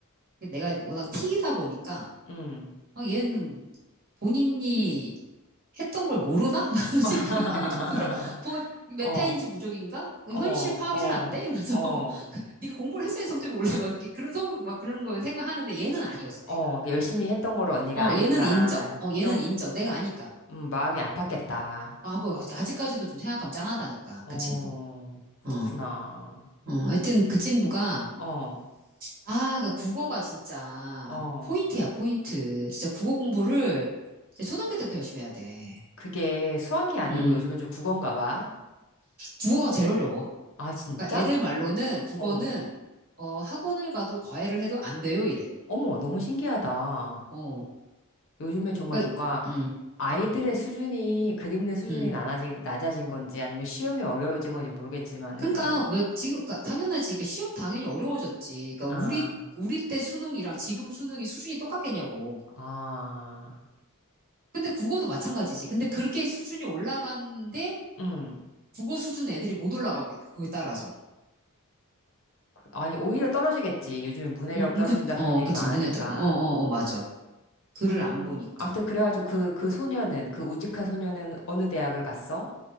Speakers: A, on the right; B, on the left.
A: 내가 워낙 T이다 보니까
B: 음.
A: 아, 얘는 본인이 했던 걸 모르나? <laughs>
B: <laughs>
A: 그런 생각이 좀 들어. 뭐, 메타인지
B: 어.
A: 무적인가? 어, 현실
B: 어,
A: 파악이
B: 어,
A: 잘 안 돼? 이러면서.
B: 어,
A: <laughs> 네가 공부를 했어야 성적이 올래. 막 그런 소, 막 그런 걸 생각하는데 얘는 아니었어,
B: 어.
A: 내가.
B: 그 열심히 했던 거를 언니가
A: 어,
B: 아니까
A: 얘는 인정. 어, 얘는
B: 좀
A: 인정. 내가 아니까.
B: 음, 마음이 아팠겠다.
A: 아, 뭐, 아직까지도 좀 생각하면 짠하다니까,
B: 어,
A: 그 친구.
B: 그렇구나.
A: 어, 어, 하여튼 그 친구가,
B: 어,
A: 아, 그러니까 국어가 진짜
B: 어.
A: 포인트야, 포인트. 진짜 국어 공부를 진짜 초등학교 때부터 열심히 해야 돼.
B: 그게 수학이 아니고
A: 음,
B: 요즘은 좀 국어인가 봐.
A: 국어가 제일 어려워.
B: 아, 진짜?
A: 그러니까 애들 말로는 국어는
B: 어.
A: 어, 학원을 가도 과외를 해도 안 돼요, 이래.
B: 어머, 너무 신기하다.
A: 어.
B: 요즘에 정말
A: 그러니까
B: 뭔가
A: 음.
B: 아이들의 수준이, 글 읽는 수준이
A: 음.
B: 낮아진, 낮아진 건지 아니면 시험이 어려워진 건지 모르겠지만은,
A: 그러니까 왜 지금 그러니까 당연하지. 그러니까 시험 당연히 어려워졌지. 그러니까 우리
B: 아,
A: 우리 때 수능이랑 지금 수능이 수준이 똑같겠냐고.
B: 아,
A: 근데 국어도 마찬가지지. 근데 그렇게 수준이 올라가는데
B: 응.
A: 국어 수준 애들이 못 올라가고 있는 거야, 그거에 따라서.
B: 아니, 오히려 떨어지겠지. 요즘에 문해력
A: 음,
B: 떨어진다
A: 음, 그, 어,
B: 그런 얘기
A: 그치.
B: 많으니까.
A: 문해도 어, 어, 어, 맞아. 글을
B: 어,
A: 안 보니까.
B: 암튼 그래가지고 그, 그 소녀는, 그 우직한 소녀는 어느 대학을 갔어?